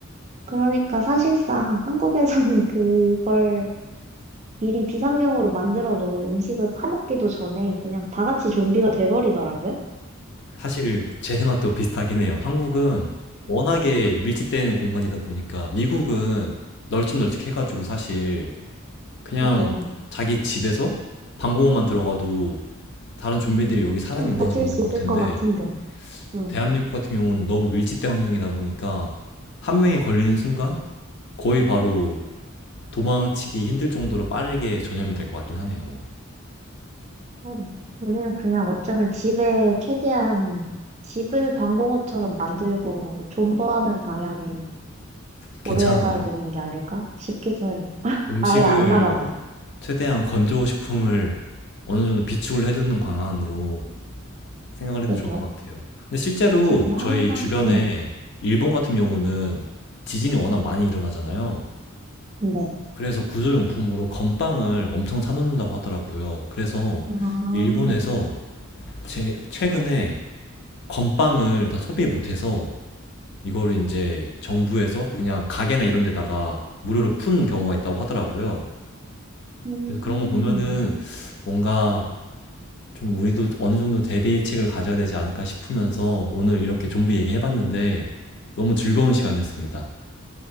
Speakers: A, on the right; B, on the left.
A: 그러니까 사실상 한국에서는 <laughs> 그걸 미리 비상용으로 만들어 놓은 음식을 파먹기도 전에 그냥 다 같이 좀비가 돼버리더라고요.
B: 사실 제 생각도 비슷하긴 해요. 한국은 워낙에 밀집된 공간이다 보니까 미국은 널찍널찍해가지고 사실 그냥
A: 좀,
B: 자기 집에서 방공호만 들어가도 다른 좀비들이 여기 사람이
A: 좀
B: 있는지
A: 버틸
B: 없는지
A: 수
B: 모를
A: 있을
B: 텐데
A: 것 같은데. 음.
B: 대한민국 같은 경우는 너무 밀집된 환경이다 보니까 한 명이 걸리는 순간 거의 바로 도망치기 힘들 정도로 빠르게 전염이 될 것 같긴 하네요.
A: 음, 우리는 그냥 어쩌면 집에 최대한 집을 방공호처럼 만들고 뭐 존버하는 방향을
B: 괜찮은데요?
A: 고려해봐야 되는 게 아닐까 싶기도 해요.
B: 음식을
A: 아예 안 나가고,
B: 최대한 건조 식품을 어느 정도 비축을 해두는 방안으로 생각을 해도
A: 그죠?
B: 좋을 것 같아요. 근데 실제로
A: 집에 항상,
B: 저희 주변에
A: 응,
B: 일본 같은 경우는 지진이 워낙 많이 일어나잖아요.
A: 네.
B: 그래서 구조용품으로 건빵을 엄청 사놓는다고 하더라고요. 그래서
A: 아,
B: 일본에서 제- 최근에 건빵을 다 소비 못해서 이거를 이제 정부에서 그냥 가게나 이런 데다가 무료로 푼 경우가 있다고 하더라고요.
A: 음,
B: 그래서 그런 거 보면은 뭔가 좀 우리도 어느 정도 대비책을 가져야 되지 않을까 싶으면서 오늘 이렇게 좀비 얘기해봤는데 너무 즐거운 시간이었습니다.